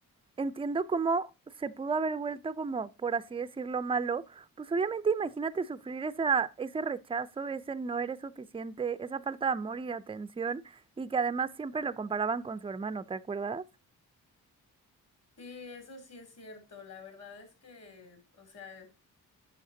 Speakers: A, on the right; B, on the left.
A: Entiendo cómo se pudo haber vuelto como, por así decirlo, malo. Pues obviamente imagínate sufrir esa, ese rechazo, ese no eres suficiente, esa falta de amor y de atención, y que además siempre lo comparaban con su hermano, ¿te acuerdas?
B: Sí, eso sí es cierto. La verdad es que, o sea,